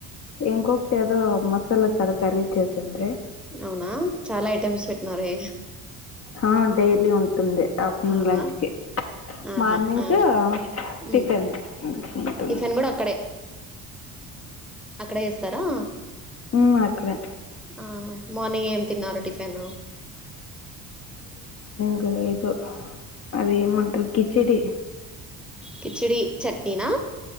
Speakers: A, on the left (about 40°); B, in the centre.
A: ఇంకొకటి ఏదో మసాలా కరీ చేసాండ్రి
B: అవునా చాలా ఐటమ్స్ పెట్టినారే
A: ఆ డైలీ ఉంటుంది ఆఫ్టర్నూన్
B: అవునా
A: లంచ్ కి
B: ఆహా
A: మార్నింగ్
B: ఆ
A: కు
B: మ్మ్
A: టిఫిన్ంటుంది
B: టిఫిన్ కూడా అక్కడే అక్కడే వేస్తారా?
A: ఉ అక్కడే
B: ఆ మార్నింగ్ ఏం తిన్నారు టిఫిన్?
A: లేదు అది ఏమంటరు కిచడి
B: కిచిడి చట్నీనా